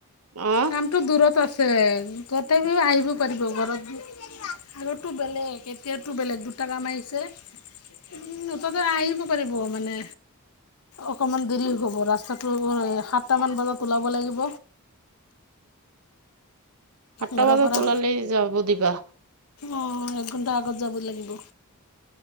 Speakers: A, on the right; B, on the left.
A: অ
B: কামটো দূৰত আছে তথাপি আহি বু পাৰিব ঘৰত, মোৰটো বেলেগ এতিয়াতো বেলেগ দুটা কাম আহিছে। উম মুঠতে আহিব পাৰিব মানে অকমান দেৰি হ'ব, ৰাস্তাটো সাতটা মান বজাত ওলাব লাগিব।
A: আঠটা
B: ঘৰৰ
A: বজাত
B: পৰা
A: ওলালে যাব দিবা।
B: অঁ এক ঘণ্টা আগত যাব লাগিব